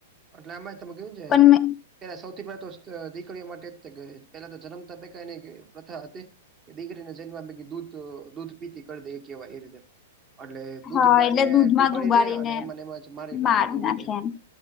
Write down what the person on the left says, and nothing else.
પણ
હા એટલે
દૂધમાં
ડુબાડીને
માર
નાખે
એમ